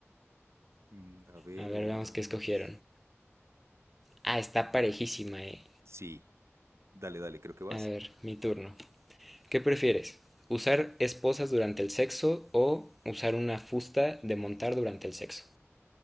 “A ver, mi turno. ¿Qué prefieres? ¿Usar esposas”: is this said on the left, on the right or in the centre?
Centre